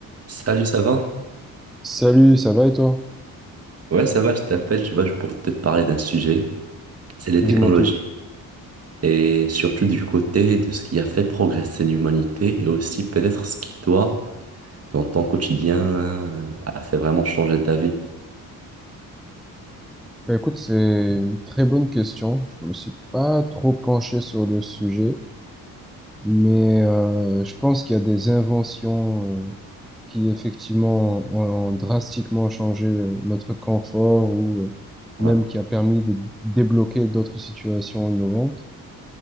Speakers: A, on the right; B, in the centre.
A: Salut, ça va?
B: Salut, ça va et toi?
A: Ouais, ça va, je t'appelle, tu vois, pour te parler d'un sujet, c'est les
B: Dis-moi
A: technologies.
B: tout.
A: Et surtout du côté de ce qui a fait progresser l'humanité et aussi peut-être ce qui, toi, dans ton quotidien, euh, a fait vraiment changer ta vie.
B: Bah écoute, c'est une très bonne question. Je me suis pas trop penché sur le sujet, mais euh, je pense qu'il y a des inventions euh, qui effectivement ont, ont drastiquement changé le- notre confort ou euh,
A: Ouais,
B: même qui a permis de débloquer d'autres situations innovantes.